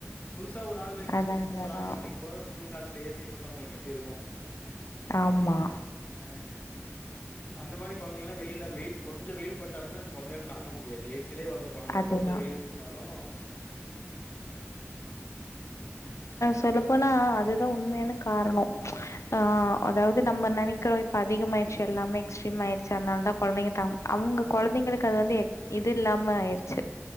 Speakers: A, on the left (about 35°); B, on the left (about 80°).
A: புதுசா ஒரு ஆள்வே
B: அதான
A: கூட தூங்குறாங்க
B: அதா
A: அப்டிங்போது <unintelligible> காலத்துல ஏசிய போட்டா உங்களுக்கு எப்டி இருக்கு
B: ஆமா
A: அ அ அந்த மாரி கொழந்தைங்களா வெளியில வெயில் கொஞ்சொ வெயில் பட்டாலுமே அந்த கொழந்தையால் தாங்க முடியாது ஏஸ் சிலே வளந்த கொழந்த
B: அதுதா
A: கொஞ்சொ வெயில் பட்டாலு
B: சொல்லப்போனா அது தா உண்மையான காரணொ ஆ
A: ம்
B: அதாவ்து நம்ம நெனைக்கிறோ இப்ப அதிகமாய் எல்லாமே எக்ஸ்ட்ரீம்மாயிடுச்சு அதனாலதா கொழந்தைங்க தம் அவுங்க கொழந்தைங்களுக்கு அது வந்து இது இல்லாம ஆயிருச்சு.